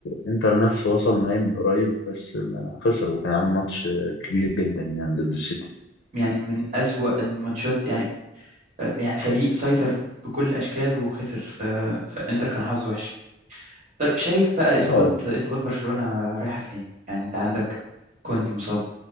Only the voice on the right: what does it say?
يعني من أسوأ الماتشات يعني يعني فريق سيطر بكل الأشكال وخسر ف- فإنتر كان حظه وحش طب شايف بقى إصابات
إصابات برشلونة رايحة فين يعني أنت عندك كوندي مصاب